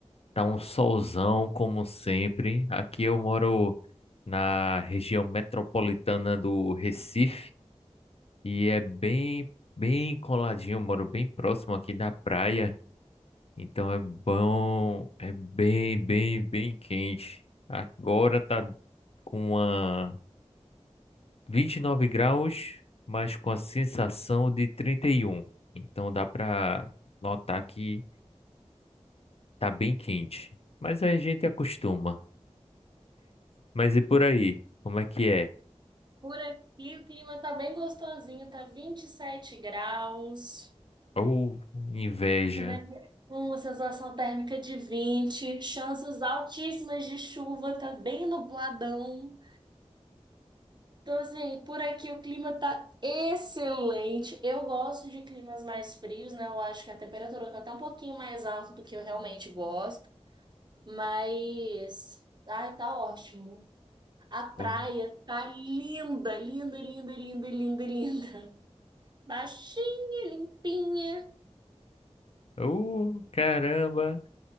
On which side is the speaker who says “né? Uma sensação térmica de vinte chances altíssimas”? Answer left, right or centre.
Right